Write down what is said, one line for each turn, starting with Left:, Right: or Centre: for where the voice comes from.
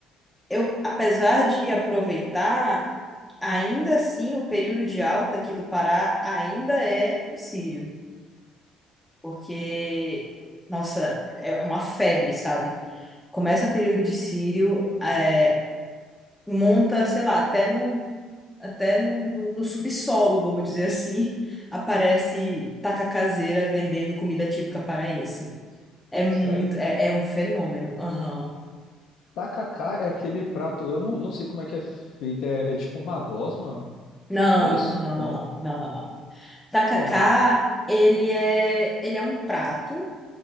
Centre: eu, apesar de aproveitar, ainda assim o período de alta aqui do Pará ainda é o sírio, porque, nossa, é é uma febre, sabe? Começa período de sírio, é, monta, sei lá, até no, até no, no subsolo, vamos dizer assim, <laughs> aparece taca caseira vendendo comida típica paraense. É muito,
Left: sério,
Centre: é, é um fenômeno. Aham.
Left: tacacá é aquele prato, eu não, não sei como é que é feito, é, é tipo uma gosma?
Centre: Não,
Left: É isso?
Centre: não, não,
Left: Não?
Centre: não, não, não, não, não. Tacacá,
Left: Por favor.
Centre: ele é, ele é um prato.